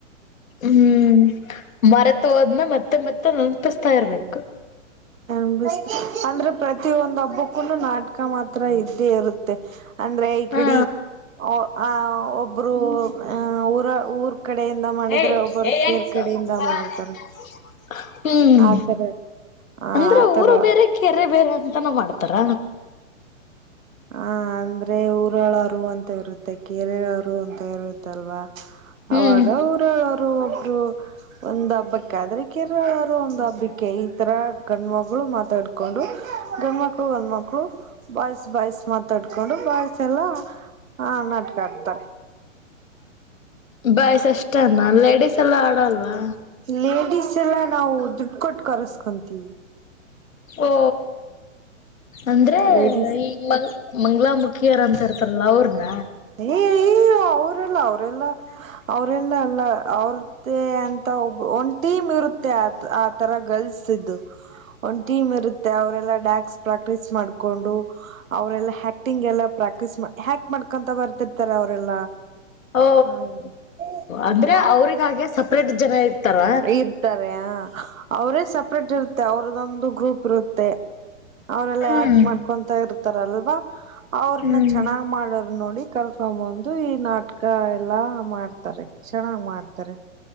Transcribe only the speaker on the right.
ನ್ ಅಂದ್ರೆ ಪ್ರತಿ ಒಂದ್ ಹಬ್ಬಕ್ಕೂನು ನಾಟಕ ಮಾತ್ರ ಇರ್ ಇದ್ದೆ ಇರುತ್ತೆ ಅಂದ್ರೆ ಈ
ಕಿಡಿ ಒ ಆ ಒಬ್ಬರು <unintelligible> ಊರ ಊರ್ ಕಡೆಯಿಂದ ಮಾಡಿದ್ರೆ
ಒಬ್ಬರು
ಕೇರ್
ಕಡೆಯಿಂದ
ಮಾಡ್ತಾರ
ಆತರ ಆ
ಆತರ
ಆ ಅಂದ್ರೆ ಊರಳ ಹರು ಅಂತ ಇರುತ್ತೆ ಕೆೇರೆರು ಅಂತ ಇರುತ್ತಲ್ವಾ
ಅವಾಗ ಊರರು ಒಬ್ರು ಒಂದ್ ಹಬ್ಬಕ್ಕಾದ್ರ ಕೆರಳರು ನಂಬಿಕೆ ಇತರ <unintelligible> ಗಣ್ಮಗಳು ಮಾತಾಡ್ಕೊಂಡು ಗಂಡ್ಮಕ್ಳು ಗಂಡ್ಮಕ್ಲು ಬಾಯ್ಸ್ ಬಾಯ್ಸ್ ಕೊಂಡು ಬಾಯ್ಸ ಎಲ್ಲಾ ಆ ನಟಕಾಡ್ತಾರೆ
ಲೇಡಿಸ್ ಎಲ್ಲಾ ನಾವು ದುಡ್ಡು ಕೊಟ್ಟು ಕರೆಸ್ಕೊಂತೀವಿ
ಲೇಡೀಸ್
ಏ ಯ್ಯೋ ಅವರೆಲ್ಲ ಅವರೆಲ್ಲ ಅವರೆಲ್ಲ ಎಲ್ಲ ಅವ್ರ ಮತ್ತ ಅಂತ ಒಬ್ ಒಂದ್ ಟೀಮ್ ಇರುತ್ತೆ ಆ ಆ ತರ ಗಲ್ಸ್ದು ಟೀಮ್ ಇರುತ್ತೆ ಅವರೆಲ್ಲ ಡ್ಯಾನ್ಸ್ ಪ್ರಾಕ್ಟೀಸ್ ಮಾಡ್ಕೊಂಡು ಅವರೆಲ್ಲ ಹ್ಯಾಕ್ಟಿಂಗ್ ಎಲ್ಲಾ ಪ್ರಾಕ್ಟೀಸ್ ಮಾಡ್ ಹ್ಯಾಕ್ ಮಾಡ್ಕೊಂತ ಬರ್ತಿರ್ತಾರೆ ಅವರೆಲ್ಲ
ಹೌ ಹ್ಮ್
ಇ <unintelligible> ಇರ್ತಾರೆ ಹಾ ಅವ್ರೇ ಸಪ್ರೇಟ್ ಇರುತ್ತೆ ಅವ್ರದೊಂದು ಗ್ರೂಪ್ ಇರುತ್ತೆ ಅವರೆೆಲ್ಲ
ಯಾಕ್ಟ್ ಮಾಡ್ಕೊಂತ ಇರ್ತಾರಲ್ವಾ ಅವ್ರನ್ನ
ಚೆನ್ನಾಗ್ ಮಾಡೋದ್ ನೋಡಿ ಕರ್ಕೊ ಬಂದು ಈ ನಾಟಕ ಎಲ್ಲಾ ಮಾಡ್ತಾರೆ ಚೆನ್ನಾಗ್ ಮಾಡ್ತಾರೆ